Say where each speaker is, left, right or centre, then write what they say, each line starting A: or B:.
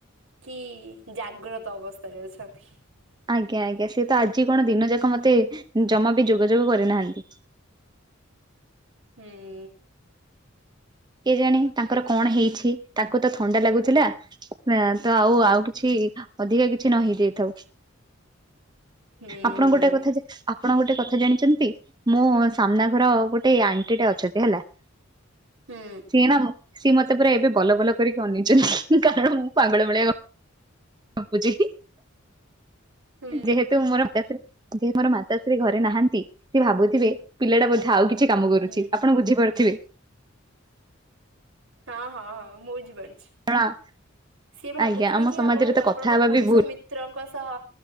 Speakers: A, on the right; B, on the right.
A: କି ଜାଗ୍ରତ ଅବସ୍ଥାରେ ଅଛନ୍ତି।
B: ଆଜ୍ଞା ଆଜ୍ଞା ସିଏ ତ ଆଜି କଣ ଦିନଯାକ ମତେ ଜମା ବି ଯୋଗାଯୋଗ କରିନାହାନ୍ତି।
A: ହୁଁ
B: କେଜାଣି ତାଙ୍କର କଣ ହେଇଛି ତାଙ୍କୁ ତ ଥଣ୍ଡା ଲାଗୁଥିଲା ନା ତ ଆଉ ଆଉ କିଛି ଅଧିକା କିଛି ନହେଇ ଯାଇଥାଉ।
A: ହୁଁ
B: ଆପଣ ଗୋଟେ କଥା ଆପଣ ଗୋଟେ କଥା ଜାଣିଛନ୍ତି ମୋ ସାମ୍ନା ଘର ଗୋଟେ ଆଣ୍ଟି ଟେ ଅଛତି ହେଲା।
A: ହୁଁ
B: ସିଏ ନା ସିଏ ମତେ ପୁରା ଏବେ ବଲବଲ କରିକି ଅନେଇଛନ୍ତି କାରଣ ପାଗଳ ଭଳିଆ ଗପୁଛି।
A: ହୁଁ
B: ଯେହେତୁ ମୋର <inaudible> ଯେହେ ମୋର ମାତାଶ୍ରୀ ଘରେ ନାହାନ୍ତି, ସେ ଭାବୁଥିବେ ପିଲାଟା ବୋଧେ ଆଉ କିଛି କାମ କରୁଛି।
A: ହୁଁ
B: ଆପଣ ବୁଝିପାରୁଥିବେ।
A: ହଁ ହଁ ହଁ ମୁଁ ବଝିପାରୁିଛି।
B: <unintelligible>
A: ସିଏ ଭାବୁଥିବେ
B: ଆଜ୍ଞା ଆମ
A: କି
B: ସମାଜରେ
A: ଆପଣ
B: ତ
A: ଆପଣଙ୍କ
B: କଥା ହେବା
A: ପୁରୁଷ
B: ବି ଭୁଲ
A: ମି ମିତ୍ରଙ୍କ ସହ